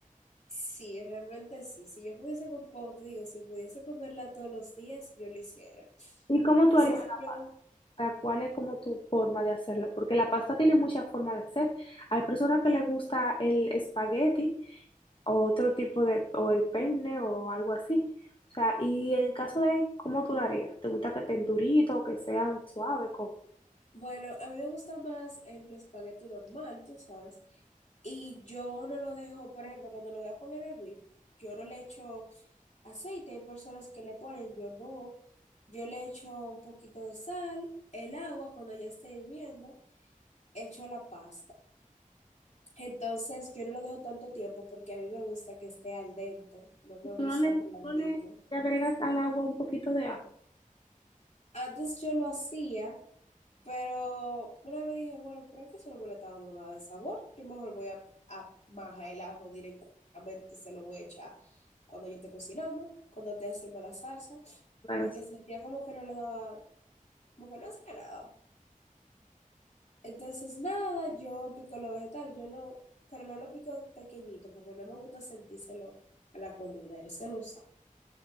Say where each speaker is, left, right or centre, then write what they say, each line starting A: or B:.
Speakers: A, on the left; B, on the left.
A: Sí, realmente sí. Si yo pudiese, com- como te digo, si pudiese comerla todos los días, yo lo hiciera.
B: ¿Y cómo
A: Entonces,
B: tú harías?
A: yo,
B: sea, ¿cuál es como tu forma de hacerlo? Porque la pasta tiene muchas formas de hacer. Hay personas que les gusta el espagueti o otro tipo de, o el penne o algo así. O sea, y en caso de cómo tú la harías, ¿te gusta que estén duritos, que sean suaves? ¿Cómo?
A: bueno, a mí me gusta más el espagueti normal, tú sabes, y yo no lo dejo, por ejemplo, cuando lo voy a poner a hervir. Yo no le echo aceite. Hay personas que le ponen, yo no. Yo le echo un poquito de sal, el agua cuando ya esté hirviendo, echo la pasta. Entonces yo no lo dejo tanto tiempo porque a mí me gusta que esté al dente, no me
B: Y tú
A: gusta
B: no le,
A: blandito.
B: no le- le agregas al agua un poquito de ajo.
A: Antes yo lo hacía, pero una vez dije, bueno, pero es que eso no me le está dando nada de sabor. Yo mejor voy a, a majar el ajo directamente y se lo voy a echar cuando yo esté cocinando, cuando esté haciendo la salsa,
B: Bueno,
A: porque
B: sí,
A: sentía como que no le daba como que no hacía nada. Entonces, nada, yo pico los vegetales, yo no, pero no lo pico pequeñito porque no me gusta sentírselo a la comida, yo se lo saco.